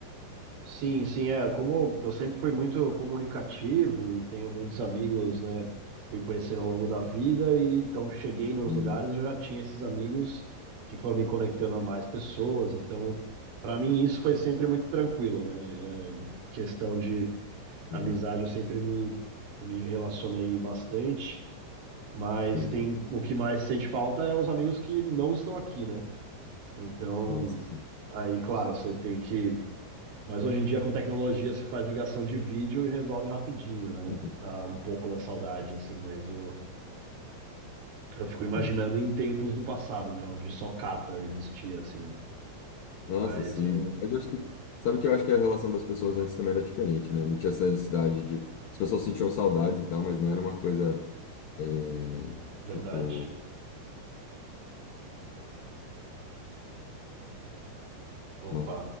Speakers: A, on the right; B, on the left.
A: Sim, sim, é. Como eu sempre fui muito comunicativo e tenho muitos amigos, né? Fui conhecendo ao longo da vida e então cheguei nos
B: Hum,
A: lugares, eu já tinha esses amigos que foram me conectando a mais pessoas. Então, para mim, isso foi sempre muito tranquilo, né? É, questão de amizade,
B: é,
A: eu sempre me, me relacionei bastante, mas
B: uhum.
A: tem o que mais sente falta é os amigos que não estão aqui, né? Então,
B: Nossa, sim.
A: aí, claro, você tem que Mas hoje em dia, com tecnologia, se faz ligação de vídeo e resolve rapidinho, né?
B: <laughs>
A: Dá um pouco da saudade, assim, mas eu, eu fico imaginando
B: Hum.
A: em tempos do passado, né? Onde só carta existia, assim.
B: Nossa,
A: Mas
B: sim.
A: o.
B: Mas eu acho que sabe que eu acho que a relação das pessoas antes também era diferente, né? Não tinha essa necessidade de as pessoas sentiam saudades e tal, mas não era uma coisa é,
A: Verdade.
B: tipo
A: Opa.
B: uma